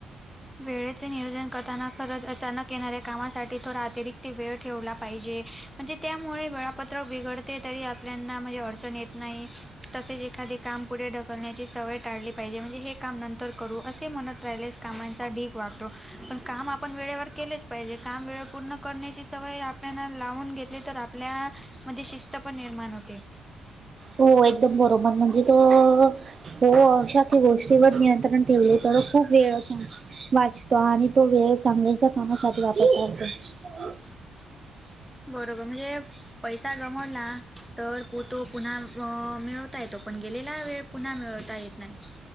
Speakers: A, in the centre; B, on the right.
A: वेळेचे नियोजन करताना खरज अचानक येणाऱ्या कामासाठी थोडा अतिरिक्त ते वेळ ठेवला पाहिजे, म्हणजे त्यामुळे वेळापत्र बिघडते तरी आपल्याना म्हणजे अडचण येत नाही तसेच एखादे काम पुढे ढकलण्याची सवय टाळली पाहिजे, म्हणजे हे काम नंतर करू असे म्हणत प्रलेस कामांच ढीक वाढतो पण काम आपण वेळेवर केलेच पाहिजे. काम वे पूर्ण करण्याची सवय आपल्याला लावून घेतले तर आपल्या मध्ये शिस्त पण निर्माण होते.
B: हो एकदम बरोबर म्हणजे तो हो अशाी गोष्टीवर नियंत्रण ठेवले तर खूप वेळच वाचतो आणि तो वेळ चांगल्याच्या कामासाठी वापरत येतो.
A: बरोबर म्हणजे पैसा गमवला, तर पो तो पुन्हा मिळवता येतो, पण गेलेला वेळ पुन्हा मिळवता येत नाही.